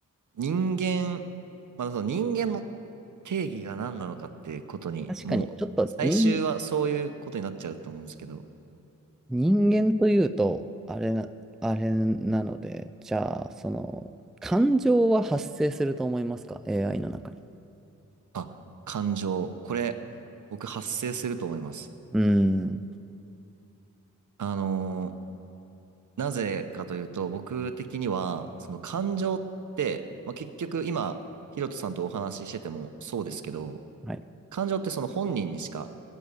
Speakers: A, on the right; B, in the centre.
A: 人間、まあ、その人間の定義が何なのかっていうことに、
B: 確かに、
A: もう、
B: ちょっと人、
A: 最終はそういうことになっちゃうと思うんですけど、
B: 人間というと、あれな、あれなので、じゃあ、その、感情は発生すると思いますか ?AI の中に。
A: あ、感情。これ、僕発生すると思います。
B: うーん。
A: あのーなぜかというと、僕的には、その感情って、まあ、結局今、ヒロトさんとお話ししててもそうですけど、
B: はい。
A: 感情ってその本人にしか